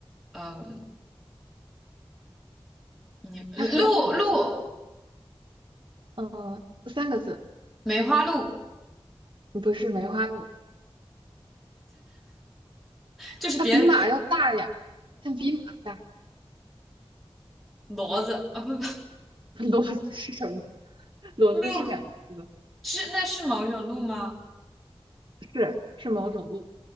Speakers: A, in the centre; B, on the right.
A: 嗯，你鹿鹿
B: 它是黄色，嗯，三个字，
A: 梅花鹿
B: 不是梅花鹿，
A: 就是别的
B: 它比马要大呀，它比马大。
A: 骡子啊，不不，
B: <laughs> 骡子是什么？骡子是两个字，
A: 鹿是那是某一种鹿吗？
B: 是是某种鹿。